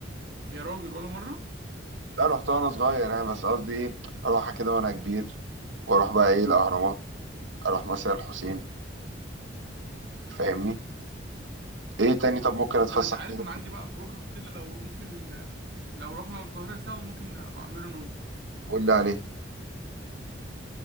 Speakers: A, on the right (about 60°); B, on the right (about 80°).
A: يا راجل ولا مرة
B: لا رحت وانا صغير يعني بس قصدي ايه اروحها كده وانا كبير واروح بقى ايه الاهرامات اروح مثلا الحسين فاهمني ايه تاني طب ممكن اتفسح
A: طب انت عارف
B: فيه
A: انا عندي بقى بروجرام كده لو ممكن لو رحنا القاهرة سوا ممكن ابقى اعمله انا وانت
B: قول لي عليه